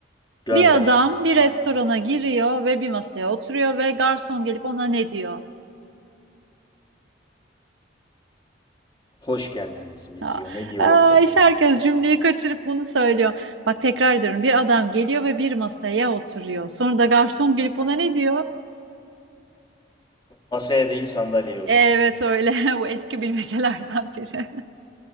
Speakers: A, on the left; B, on the right.
A: Gönder.
B: Bir adam bir restorana giriyor ve bir masaya oturuyor ve garson gelip ona ne diyor?
A: Hoş geldiniz mi
B: Ha.
A: diyor. Ne diyor
B: Aa,
A: olabilir
B: işte
A: ki?
B: herkes cümleyi kaçırıp bunu söylüyor. Bak tekrar ediyorum. Bir adam geliyor ve bir masaya oturuyor. Sonra da garson gelip ona ne diyor?
A: Masaya değil sandalyeye otur.
B: Evet öyle. <laughs> Bu eski bilmecelerden biri.